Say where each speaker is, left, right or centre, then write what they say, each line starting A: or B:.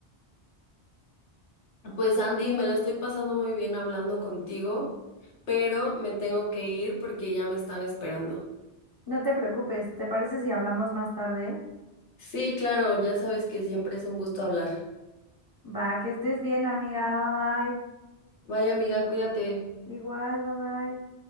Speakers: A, on the left; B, on the left.
A: Pues Andy, me la estoy pasando muy bien hablando contigo, pero me tengo que ir porque ya me están esperando.
B: No te preocupes, ¿te parece si hablamos más tarde?
A: Sí, claro, ya sabes que siempre es un gusto hablar.
B: Va, que estés bien, amiga. Bye bye.
A: Vaya amiga, cuídate.
B: Igual, bye bye.